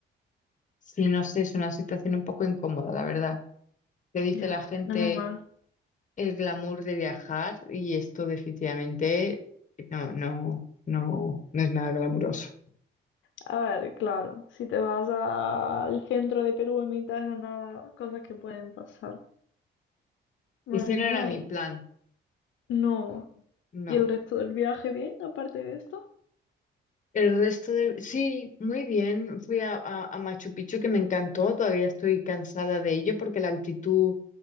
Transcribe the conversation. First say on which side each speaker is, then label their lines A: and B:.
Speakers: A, on the left; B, on the left.
A: sí, no sé, es una situación un poco incómoda, la verdad. Te dice
B: Ya,
A: la gente.
B: menos mal.
A: el glamour de viajar y esto definitivamente no, no, no, no es nada glamuroso.
B: A ver, claro, si te vas a- al centro de Perú en mitad de la nada, cosas que pueden pasar. Madre
A: Ese no
B: mía,
A: era mi
B: y
A: plan,
B: no.
A: no.
B: ¿Y el resto del viaje bien, aparte de esto?
A: El resto del... Sí, muy bien. Fui a, a- a Machu Picchu que me encantó. Todavía estoy cansada de ello porque la altitud